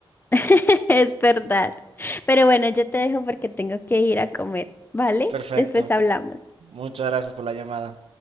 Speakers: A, on the left; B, on the right.
A: <laughs> Es verdad. Pero bueno, yo te dejo porque tengo que ir a comer, ¿vale?
B: Perfecto,
A: Después hablamos.
B: muchas gracias por la llamada.